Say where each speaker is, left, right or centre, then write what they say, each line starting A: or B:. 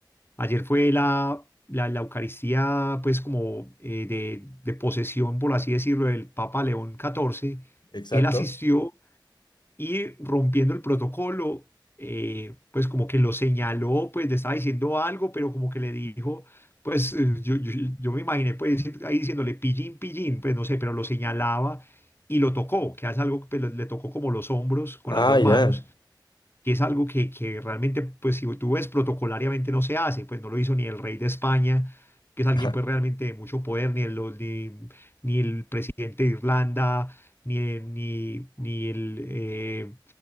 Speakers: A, on the left; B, on the left.
A: ayer fue la, la, la Eucaristía pues como eh, de, de posesión, por así decirlo, del Papa León XIV.
B: Exacto.
A: Él asistió y rompiendo el protocolo, eh, pues como que lo señaló, pues le estaba diciendo algo, pero como que le dijo, pues eh, yo, yo, yo me imaginé pues ahí diciéndole pillín, pillín, pues no sé, pero lo señalaba y lo tocó, que hace algo pues, le le tocó como los hombros con
B: Ah,
A: las dos
B: ya.
A: manos, que es algo que, que realmente, pues si tú ves protocolariamente no se hace, pues no lo hizo ni el rey de España. que es alguien
B: <laughs>
A: pues realmente de mucho poder, ni el, ni, ni el presidente de Irlanda, ni, ni, ni el, eh,